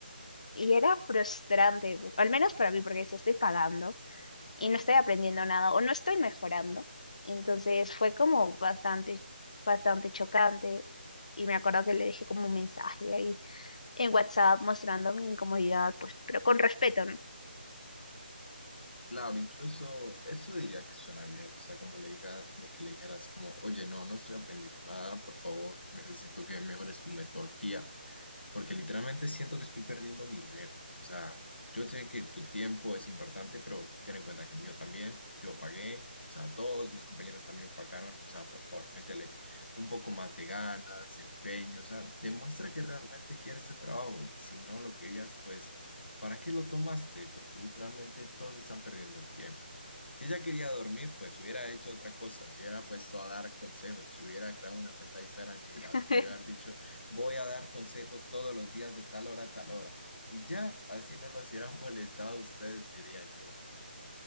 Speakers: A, on the left (about 40°); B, on the left (about 75°).
A: y era frustrante, bu- al menos para mí, porque si estoy pagando y no estoy aprendiendo nada o no estoy mejorando, entonces fue como bastante, bastante chocante y me acuerdo que le dejé como un mensaje en WhatsApp mostrando mi incomodidad, pues, pero con respeto, ¿no?
B: Claro, incluso eso diría que suena bien, o sea, como le digas, como que le dijeras como, oye, no, no estoy aprendiendo nada, por favor, necesito que mejores tu metodología, porque literalmente siento que estoy perdiendo mi dinero. O sea, yo sé que tu tiempo es importante, pero ten en cuenta que el mío también, yo pagué, o sea, todos mis compañeros también pagaron, o sea, por favor, métele un poco más de ganas, empeño, o sea, demuestra que realmente quieres el trabajo y si no lo querías, pues, ¿para qué lo tomaste? Porque literalmente todos están perdiendo el tiempo. Si ella quería dormir, pues hubiera hecho otra cosa, se hubiera puesto a dar consejos, se hubiera creado una cuenta de Instagram y
A: <laughs>
B: a- te hubiera dicho, voy a dar consejos todos los días de tal hora a tal hora. Y ya, así no los hubieran <laughs> molestado a ustedes, diría yo.